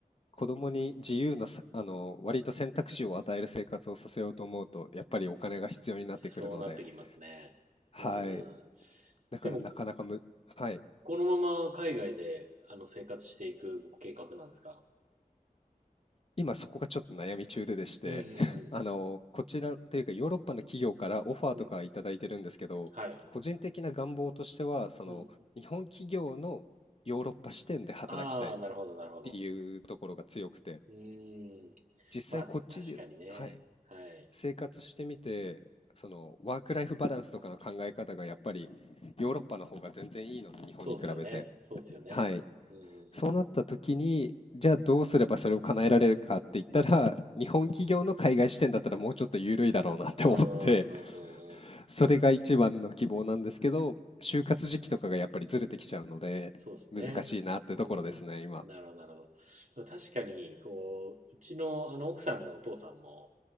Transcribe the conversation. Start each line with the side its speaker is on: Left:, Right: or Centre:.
Left: 子供に自由なさ、あの、割と選択肢を与える生活をさせようと思うと、やっぱりお金が必要になってくるので、
Right: そうなってきますね。
Left: はい。
Right: うんうん。
Left: だからなかなかむ、
Right: でも、
Left: はい。
Right: このまま海外で、あの、生活していく計画なんですか
Left: 今そこがちょっと悩み中ででして、
Right: うんう
Left: <laughs> あの、
Right: ん
Left: こちらというかヨーロッパの企業からオファーとかいただいてるんですけど、
Right: うん。うん。はい。
Left: 個人的な願望としては、その、
Right: うん。
Left: 日本企業のヨーロッパ支店で働きたいっ
Right: ああ、なるほど、なるほど。
Left: ていうところが強くて、
Right: うーん。
Left: 実際こっちで、
Right: まあ、確かにね。
Left: はい。
Right: はい。
Left: 生活してみて、そのワークライフバランスとかの考え方がやっぱりヨーロッパの方が全然いいので、日本に比べて。
Right: そうっすよね。そうっすよね。
Left: はい。
Right: うんうんうん。
Left: そうなった時に、じゃあどうすればそれを叶えられるかって言ったら、日本企業の海外支店だったらもうちょっと緩いだろうなって思って、
Right: うんうんうんうんうん。
Left: それが一番の希望なんですけど、就活時期とかがやっぱりずれてきちゃうので、
Right: そうですね。
Left: 難しいなってところですね、
Right: うん。
Left: 今。
Right: なるほど、なるほど。でも確かに、こう、うちの、あの、奥さんのお父さんも、